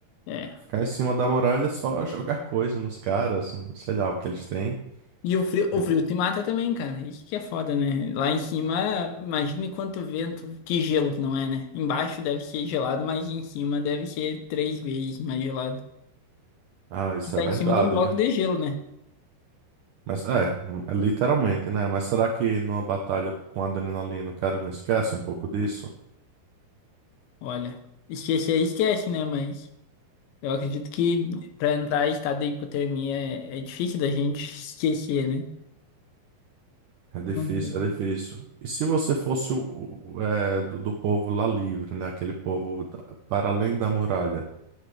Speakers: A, on the left (about 80°); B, on the right (about 75°).
A: é.
B: Ficar em cima da muralha é só jogar coisa nos caras, sei lá o que eles têm.
A: E o frio, o
B: E-
A: frio te mata também, cara. Isso que é foda, né? Lá em cima, imagine quanto vento, que gelo que não é, né? Embaixo deve ser gelado, mas em cima deve ser três vezes mais gelado.
B: Ah, isso
A: E tá
B: é verdade,
A: em cima de um bloco
B: viu?
A: de gelo, né?
B: Mas é, é literalmente, né? Mas será que numa batalha com adrenalina o cara não esquece um pouco disso?
A: Olha, esquecer esquece, né? Mas eu acredito que pra entrar em estado de hipotermia é, é difícil da gente esquecer, né?
B: É difícil,
A: Não sei.
B: é difícil. E se você fosse o, o- é, do, do povo lá livre, né? Aquele povo da- para além da muralha?